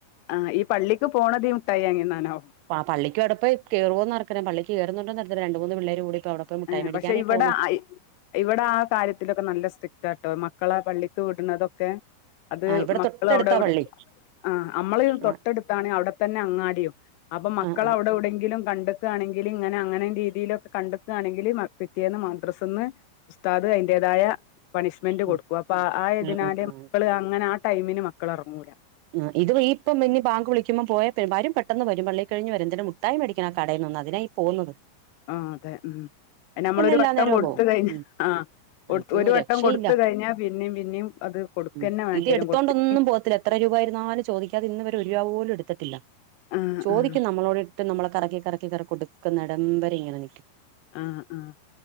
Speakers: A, on the left; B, on the right.
A: ആ ഈ പള്ളിക്ക് പോണതീ മുട്ടായി വാങ്ങി തിന്നാനാവു
B: ആ പള്ളിക്ക് അവടെപോയികേറോന്ന് ആർക്കറിയാം പള്ളിക്ക് കെറുന്നുണ്ടന്ന് രണ്ട് മൂന്ന് പിള്ളേര കൂടി ഇപ്പോ അവിടെ പോയി മുട്ടായി
A: ആ
B: മേടിക്കാനായി
A: പക്ഷെ ഇവിടെ
B: പോവുന്നു
A: അയ് ഇവിടെ ആ കാര്യത്തിലൊക്കെ നല്ല സ്ട്രിക്റ്റ് ആട്ടോ മക്കളെ പള്ളിക്ക് വിടുന്നതൊക്കെ അത്
B: ആ ഇവിടെ
A: മക്കൾ
B: തൊട്ടടുത്താ
A: അവിടെ അവിടെ
B: പള്ളി
A: ആ അമ്മള് തൊട്ടടുത്താണ്
B: ആ
A: അവിടെത്തന്നെ അങ്ങാടിയും അപ്പൊ മക്കൾ
B: ആ ആ
A: അവിടെ എവിടെങ്കിലും കണ്ട്കയാണെങ്കിൽ ഇങ്ങനെ അങ്ങനെ രീതിയിലൊക്കെ കണ്ട് ആ താണെങ്കിൽ പിറ്റെന്ന് മദ്രറസ്ന്ന്ഉസ്താദ് അതിന്റേതായ പണിഷ് ഷ്മെന്റ്
B: ഉം
A: കൊടുക്കും അപ്പൊ ആയതിനാല്
B: ആ ആ ആ
A: മക്കള് അങ്ങനെ ആ ടൈമിന് മക്കൾ ഇറങ്ങൂ ലാ
B: ഉം ഇത് ഇപ്പം ഇനി ബാങ്ക് വിളിക്കുമ്പോ പോയാൽ പിന്നെ പെട്ടെന്ന് വരും പള്ളി കഴിഞ്ഞ് വരും എന്തങ്കിലും മിഠായി മോടിക്കണം ആ കടയിൽ നിന്ന് അതിനായി പോന്നത്
A: ആഹ് അതെ ഉം നമ്മളൊരു
B: എല്ലാ
A: വട്ടം
B: നേരവും
A: കൊടുത്ത
B: പോവും
A: കഴിഞ്ഞ
B: ഉം
A: ആ കൊടുത്തുഒരു
B: ഇത്
A: വട്ടം
B: രക്ഷയില്ല
A: കൊടുത് കഴിഞ്ഞാൽ പിന്നെ പിന്നെയും അത് കൊടുക്ക
B: ഉം
A: ന്നെ വേണ്ടി
B: ഇത്
A: വരും
B: എടുത്തോണ്ടൊന്നും
A: കൊടുത്ട്ടില്ലങ്കി
B: പോകത്തില്ല എത്ര രൂപ ആയിരുന്നാലും ചോദിക്കാതെഇന്ന് വരെ ഒരു രൂപ പോലും എടുത്തിട്ടില്ല
A: ആഹ്
B: ചോദിക്കും
A: ആഹ്
B: നമ്മളോട് എട ഇട്ട്നമ്മൾ കറക്കി കറക്കി കറി കൊടുക്കുന്ന ഇടം വരെ ഇങ്ങനെ നിൽക്കും
A: ആഹ് ആഹ്